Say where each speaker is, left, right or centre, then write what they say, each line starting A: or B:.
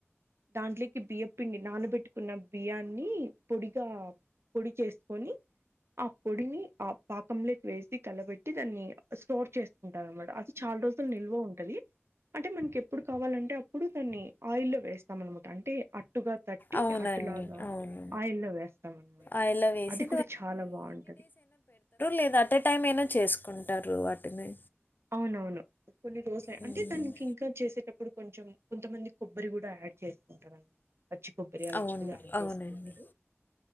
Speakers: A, on the right (about 65°); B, on the left (about 45°).
A: దాంట్లోకి బియ్య పిండి నానబెట్టుకున్న బియ్యాన్ని పొడిగా పొడి చేసుకొని ఆ పొడిని ఆ పాకం లేకి వేసి కలబెట్టి దాన్ని స్టోర్ చేసుకుంటారన్నమాట అది చాలా రోజులు నిల్వ ఉంటుది అంటే మనకి ఎప్పుడు కావాలంటే అప్పుడు దాన్ని ఆయిల్లో వేస్తాం అనమాట అంటే అట్టుగా తట్టి
B: అవునండి
A: అట్టులాగా
B: అవును
A: ఆయిల్ల్లో వేస్తాం అనమాట
B: ఆయిల్లో వేసి
A: అది కూడా చాలా బాగుంటది
B: లేదు అట్ ఎ టైమ్ ఐన చేసుకుంటారు వాటిని
A: అవునవును కొన్ని రోజులు
B: ఉమ్.
A: అంటే తనకి ఇంకా చేసేటప్పుడు కొంచెం కొంతమంది కొబ్బరి కూడా యాడ్ చేస్తుంటారన్ పచ్చి కొబ్బరి అలాంటివి
B: అవును
A: యాడ్
B: అవునండి
A: చేసుకుంటారు